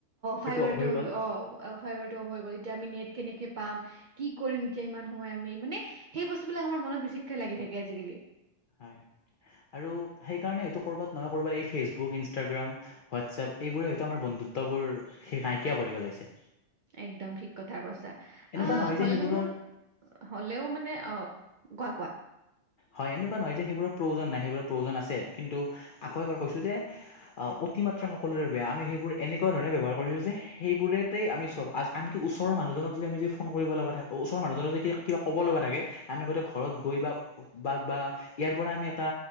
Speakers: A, on the right; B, on the left.
A: ফাইবাৰটো
B: অফ হৈ গ'ল
A: অ, অফ, অ, ফাইভাৰটো অফ হৈ গ'ল, এতিয়া আমি নেট কেনেকৈ পাম? কি কৰিম এতিয়া, ইমান সময় আমি, মানে সেই বস্তু বিলাক আমাৰ মনত বেচিকৈ লাগি থাকে আজিকালি।
B: হয়, আৰু সেইকাৰণে এইটো কৰবাত নহয়, কৰবাত এই ফেচবুক ইনষ্টাগ্ৰাম হোৱাটছএপ, এইবোৰে হয়তো আমাৰ বন্ধুত্ববোৰ, সেই নাইকিয়া কৰি পেলাইছে।
A: একদম ঠিক কথা কৈছা।
B: এনেকুৱা
A: অ,
B: নহয়
A: হ'লেও,
B: যে সেইবোৰৰ
A: হ'লেও মানে অ, কোৱা কোৱা?
B: হয়, এনেকুৱা নহয় যে, সেইবোৰৰ প্ৰয়োজন নাই, সেইবোৰৰ প্ৰয়োজন আছে। কিন্তু আকৌ এবাৰ কৈছোঁ যে অতিমাত্ৰা সকলোৰে বেয়া, আমি সেইবোৰ এনেকুৱা ধৰণে ব্যৱহাৰ কৰিছোঁ যে, সেইবোৰতেই আমি চব আনকি ওচৰ মানুহজনক আমি যদি ফোন কৰিব লগা থাকে। ওচৰৰ মানুহ যদি কিবা, ক'ব লগা থাকে আমি আগতে ঘৰত গৈ বা বা, বা ইয়াৰ পৰা আমি এটা